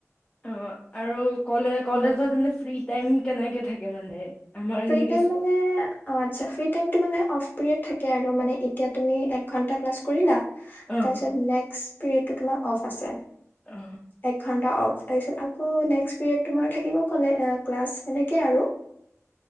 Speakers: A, on the left; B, on the left.
A: অ আৰু কলে কলেজৰ
B: উম
A: জোনটো ফ্ৰী টাইম কেনেকে থাকে মানে। আমাৰ
B: ফ্ৰি
A: যেনেকি
B: টাইম মানে অ আটছা ফ্ৰি টাইম টো মানে অফ্ পিৰিয়দ থাকে আৰু মানে এতিয়া তুমি এক ঘন্টা ক্লাছ কৰিলা।
A: অ
B: তাৰপিছত নেক্সট পিৰিয়ড টো তোমাৰ অফ আছে
A: অ
B: এক ঘন্টা অফ তাৰপিছত আকৌ নেক্সট পিৰিয়দ তোমাৰ থাকিব ক্লাছ এনেকে আৰু